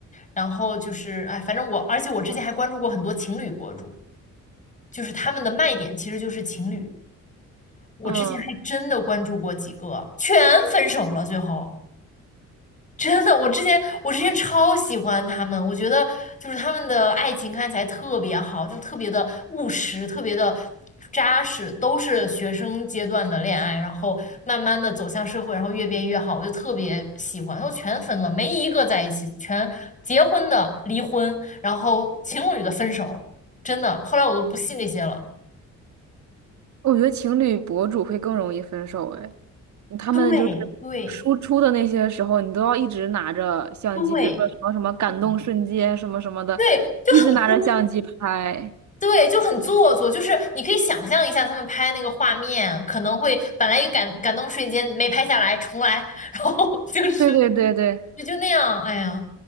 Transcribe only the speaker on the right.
嗯，
我觉得情侣博主会更容易分手哎，嗯他们就是输出的那些时候，
你都要一直拿着相机，
比如说什么什么感动瞬间什么什么的，
一直拿着相机拍。
对对对对。